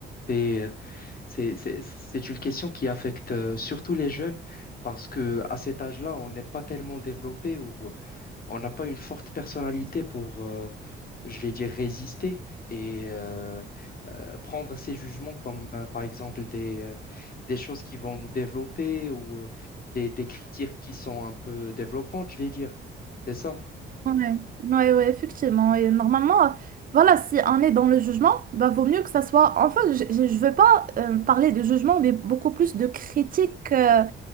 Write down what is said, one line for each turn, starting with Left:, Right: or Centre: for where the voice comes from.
Left: c'est, euh, c'est, c'est, c'est une question qui affecte euh, surtout les jeunes parce que à cet âge-là, on n'est pas tellement développé ou euh, on n'a pas une forte personnalité pour, euh, je vais dire, résister et euh, euh, prendre ces jugements comme, euh, par exemple, des, euh, des choses qui vont nous développer ou euh, des, des critiques qui sont un peu développantes, je vais dire. C'est ça?
Right: Ouais, ouais, ouais, effectivement. Et normalement, euh, voilà, si on est dans le jugement, bah, vaut mieux que ça soit. Enfin, je je je veux pas euh, parler de jugement, mais beaucoup plus de critiques euh,